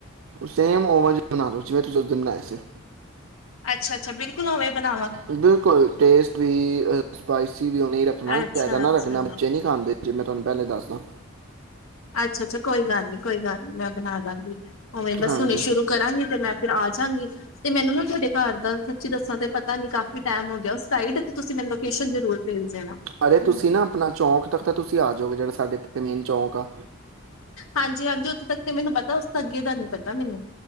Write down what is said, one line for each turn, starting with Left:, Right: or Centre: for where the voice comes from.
Right: ਸੇਮ ਓਵੇ ਜੇ ਬਨਾ ਦੋ ਜਿਵੇਂ ਤੁਸੀ ਉਸ ਦਿਨ ਬਨਾਏ ਸੀ।
Left: ਅੱਛਾ ਅੱਛਾ ਬਿਲਕੁਲ ਉਵੇਂ ਬਣਾਵਾਂ
Right: ਬਿਲਕੁਲ ਟੇਸਟ ਵੀ ਸਪਾਈਸ ਵੀ ਉਵੇਂ ਹੀ ਰੱਖਣਾ ਜ਼ਿਆਦਾ
Left: ਅੱਛਾ
Right: ਨਾ
Left: ਅੱਛਾ
Right: ਰੱਖਣਾ ਬੱਚੇ ਨੀ ਖਾਂਦੇ। ਜੇ ਮੈਂ ਤੁਹਾਨੂੰ ਪਹਿਲੇ ਦੱਸਦਾ।
Left: ਅੱਛਾ-ਅੱਛਾ ਕੋਈ ਗੱਲ ਨੀ ਕੋਈ ਗੱਲ ਨੀ ਮੈਂ ਬਨਾ ਦਾਂਗੀ ਉਵੇਂ ਬਸ
Right: ਹਾਂਜੀ
Left: ਹੁਣੇ ਸ਼ੁਰੂ ਕਰਾਂਗੀ ਤੇ ਮੈਂ ਫਿਰ ਆ ਜਗੀ ਤੇ ਮੈਨੂੰ ਨਾ ਤੁਹਾਡੇ ਘਰ ਦਾ ਸੱਚੀ ਦੱਸਾਂ ਤੇ ਪਤਾ ਨੀ ਕਾਫ਼ੀ ਟੈਮ ਹੋ ਗਿਆ ਉਸ ਸਾਈਡ ਤੁਸੀਂ ਮੈਨੂੰ ਲੋਕੇਸ਼ਨ ਜ਼ਰੂਰ ਭੇਜ ਦੇਣਾ
Right: ਅਰੇ ਤੁਸੀਂ ਨਾ ਆਪਣਾ ਚੌਂਕ ਤੱਕ ਤਾਂ ਤੁਸੀਂ ਆ ਜਾਓਗੇ ਜਿਹੜਾ ਸਾਡੇ ਇੱਥੇ ਮੇਨ ਚੌਂਕ ਆ।
Left: ਹਾਂਜੀ-ਹਾਂਜੀ ਉੱਥੇ ਤੱਕ ਤੇ ਮੈਨੂੰ ਪਤਾ ਉਸ ਤੋਂ ਅੱਗੇ ਦਾ ਨੀ ਪਤਾ ਮੈਨੂੰ